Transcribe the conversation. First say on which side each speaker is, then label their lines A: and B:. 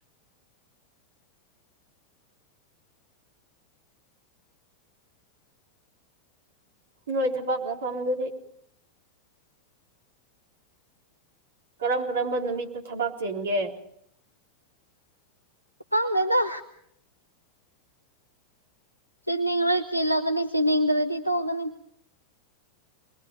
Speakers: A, on the right (about 60°); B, on the right (about 80°).
A: ꯅꯣꯏ ꯊꯕꯛ ꯃꯐꯝꯗꯨꯗꯤ ꯀꯔꯝ ꯀꯔꯝꯕ ꯅꯨꯃꯤꯠꯇ ꯊꯕꯥꯛ ꯆꯦꯟꯒꯦ
B: ꯈꯪꯗꯦꯗ ꯁꯤꯅꯤꯡ ꯔ ꯆꯤꯂꯒꯅꯤ ꯁꯤꯅꯤꯡꯗꯗꯤ ꯇꯒꯅꯤ